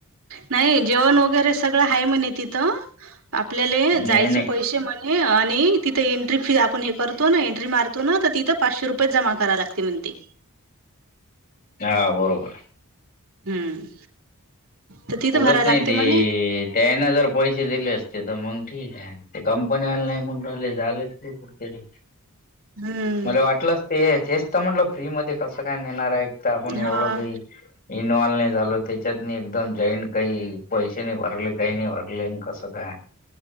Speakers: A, on the right; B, on the left.
A: नाही जेवण वगैरे सगळं आहे म्हणे तिथं. आपल्याला
B: नाही
A: जायचे
B: नाही
A: पैसे म्हणे नाही आणि तिथे एंट्री फी आपण हे करतो ना एंट्री मार तो ना आता तिथं पाचशे रुपयेच जमा कराय लागती म्हणती.
B: हा बरोबर हाय.
A: हम्म. तर तिथं
B: पुरत
A: भरायला लागते
B: नाही ते,
A: म्हणे
B: त्यांना जर पैसे दिलेस ते तर मंग ठीक आहे. ते कंपनी आले नाही म्हणून राहिले, जायले येते कुठंतरी.
A: हम्म.
B: मला वाटलंच ते, तेच तर म्हटलं फ्रीमध्ये कसं काय नेणार आहे. इथं आपण एवढं
A: हा
B: काही इन्वॉल्व नाही झालो त्याच्यात मी एकदम जॉईंट काही पैसे नाही भरले काही नाही भरले कसं काय.